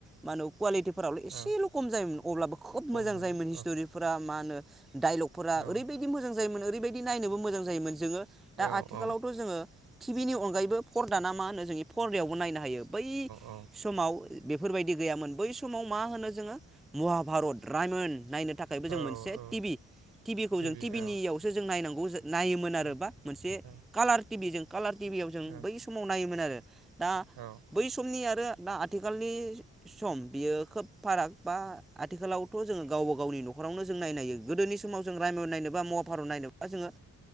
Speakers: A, in the centre; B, on the right.
A: मान कुवालिटिफोरावलाय एसेल'
B: औ
A: खम जायोमोन अब्लाबो खोब
B: खम
A: मोजां
B: जाबाय
A: जायोमोन हिस्ट'रिफोरा माानो दडाइलगफोरा
B: औ
A: ओरैबायदि मोजां जायोमोन ओरैबायदि नायनोबो मोजां जायोमोन जोंङो दा
B: औ
A: आथिखालावथ'
B: औ
A: जोंङो टिभिनि अनगायैबो फरदाना मा होनो जोंनि फरदायावबो नायनो हायो बै
B: औ
A: समाव बे बेफोरबायदि गैयामोन बै समाव मा होनो जोंङो महाभारत रायमोन नायनो थाखायबो जों
B: औ
A: मोनसे
B: औ
A: टिबि टिबि खौ
B: टिभि
A: जों टि बिनियावसो
B: औ
A: जों नायनांगौ। बुज नायोमोन
B: औ
A: आरो बा मोनसे
B: औ
A: कालार टिभि जों कालार टिभियाव जों
B: औ
A: बै समाव नायोमोन आरो। दा
B: औ
A: बै समनि आरो दा आथिखालनि सम बियो खोब फाराग बा आथिखालावथ' जोंङो गावबा गावनि न'खरावनो जों नायनाय हायो गोदोनि समाव जों रायमन नायनोबा मवाभारत नायनोबा जोंङो